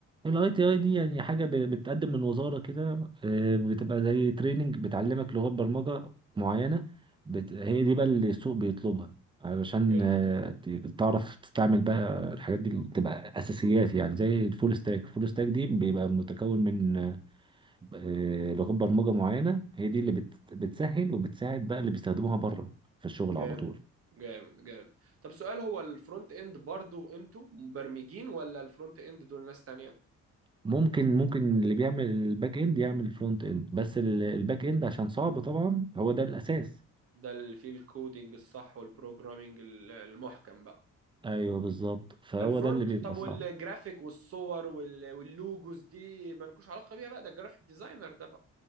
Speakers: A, on the right; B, on the right.
A: الاي تي اي دي يعني حاجه ب- بتقدم من وزاره كده آه بتبقى زي تريننج بتعلمك لغات برمجه معينه بت... هي دي بقى اللي السوق بيطلبها علشان
B: جامد
A: آه ت- تعرف تستعمل بقى الحاجات دي اللي بتبقى اساسيات يعني زي الفول ستاك الفول ستاك دي بيبقى متكون من آه، لغات برمجة معينة هي دي اللي بت... بتسهل وبتساعد بقى اللي بيستخدموها بره في الشغل
B: جامد
A: على طول
B: جامد جامد طب سؤال هو الفرونت اند برضو انتوا مبرمجين ولا الفرونت اند دول ناس تانية
A: ممكن ممكن اللي بيعمل الباك اند يعمل الفرونت اند بس ال- الباك اند عشان صعب طبعا هو ده الأساس
B: ده اللي فيه الكودينج الصح والبروجرامينج ال- المحكم بقى
A: ايوه بالظبط فهو
B: الفرونت
A: ده اللي بيبقى
B: طب
A: صعب
B: والجرافيك والصور وال- واللوجوز دي مالكوش علاقة بيها بقى ده الجرافيك ديزاينر ده بقى